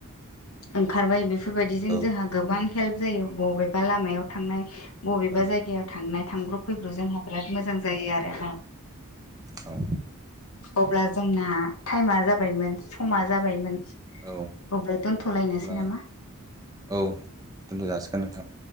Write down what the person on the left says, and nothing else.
ओंखारबाय बे बेफोरबायदिजों
जोंहा गोबां हेल्प जायो बबेबा लामायाव थांनाय बबेबा
जायगायाव थांनाय थांब्र' फैब्र' जोंहा बिराद मोजां जायो आरोना।
अब्ला जोंना टाइमा जाबायमोन समा जाबायमोन।
अब्ला दोनथ'लायनोसै
नामा?